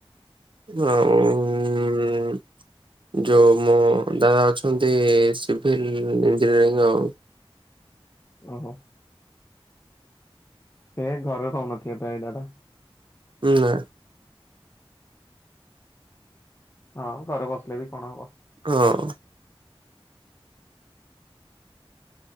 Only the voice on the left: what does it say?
ଓହୋ। ଏ ଘରେ ରହୁନଥିବେ ପ୍ରାୟ ଦାଦା?
ହଁ ଘରେ ବସିଲେ ବି କଣ ହବ?